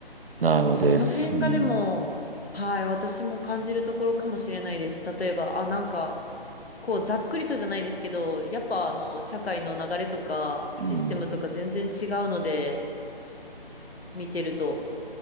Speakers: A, on the right; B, on the left.
A: なのです。
B: その辺がでも、
A: うん。
B: はい、私も感じるところかもしれないです。例えば、あ、なんか、こう、ざっくりとじゃないですけど、やっぱあの、社会の流れとか、
A: うん
B: システムとか全然違うので、見てると。